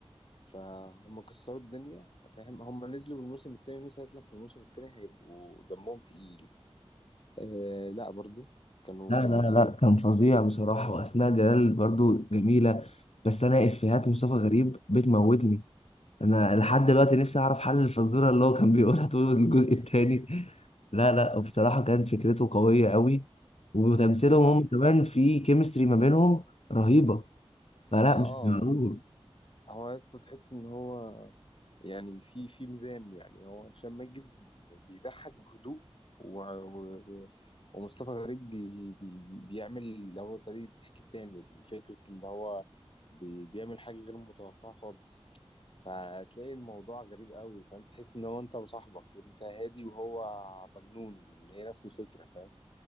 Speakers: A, on the left; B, on the left.
A: فهم كسروا الدنيا فاهم هم نزلوا بالموسم التاني لسه قالت لك في الموسم التاني هيبقوا دمهم تقيل آه لا برضو كانوا
B: لا
A: جامدين
B: لا لا كان فظيع بصراحة وأسماء جلال برضو جميلة بس أنا إفيهات مصطفى غريب بتموتني أنا لحد دلوقتي نفسي أعرف حل الفزورة اللي هو كان بيقولها طول الجزء التاني لا لا وبصراحة كانت فكرته قوية قوي وتمثيلهم
A: اه
B: هم كمان في كيمستري ما بينهم رهيبة فلا
A: آه،
B: مش معقول
A: هو يا اسطى تحس ان هو يعني في في ميزان يعني هو هشام ماجد بيضحك بهدوء و... و... و... ومصطفى غريب بي... بي... بي- بيعمل اللي هو طريقة الضحك التاني فكرة اللي هو بي... بيعمل حاجة غير متوقعة خالص فتلاقي الموضوع غريب قوي فاهم تحس ان هو انت وصاحبك انت هادي وهو مجنون هي نفس الفكرة فاهم